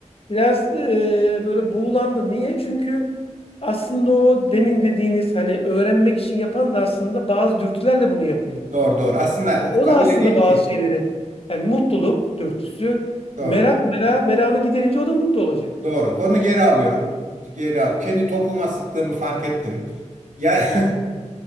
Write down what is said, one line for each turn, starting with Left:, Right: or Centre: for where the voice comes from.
Left: Biraz e, böyle buğulandı. Niye? Çünkü aslında o demin dediğiniz hani öğrenmek için yapan da aslında bazı dürtülerle bunu yapıyor.
Right: <laughs> Doğru doğru. Aslında
Left: Yani o
Right: Kabul
Left: da aslında
Right: edeyim
Left: bazı
Right: ki
Left: şeyleri yani mutluluk dürtüsü,
Right: doğru.
Left: merak mera meranı giderince o da mutlu olacak.
Right: Doğru. Onu geri alıyorum. Geri al. Kendi topuma sıktığımı fark ettim. Yani <laughs>